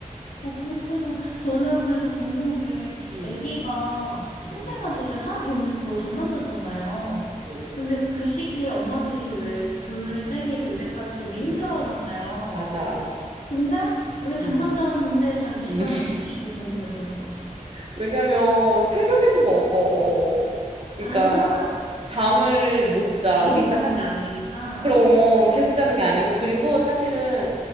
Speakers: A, on the left; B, on the right.
A: 어, 그렇구나. 저는 그래서 궁금한 게,
B: 응.
A: 아기가 신생아들은
B: 응.
A: 하루 종일 거의 잠만 자잖아요.
B: 그치.
A: 근데 그 시기에 엄마들이 왜 돌쟁이
B: 음.
A: 될 때까지 되게 힘들어
B: 음.
A: 하잖아요.
B: 맞아.
A: 근데 왜 잠만
B: 음.
A: 잤는데 자기 시간이
B: 음. <laughs>
A: 없지? 이게 궁금했던 거죠.
B: 왜냐면 새벽에도 먹어. 그러니까
A: 아,
B: 잠을 못 자.
A: 계속
B: 그러니까
A: 자는
B: 사실
A: 게 아니니까.
B: 그럼 계속 자는 게 아니고 그리고 사실은